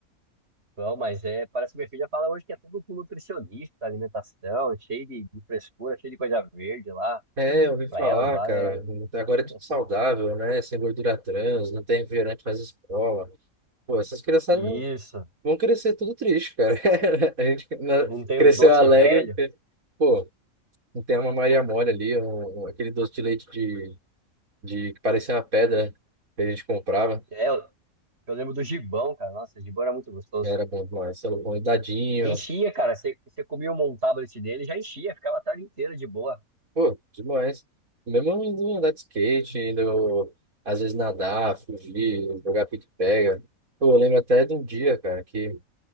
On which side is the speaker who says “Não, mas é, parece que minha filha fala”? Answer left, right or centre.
Right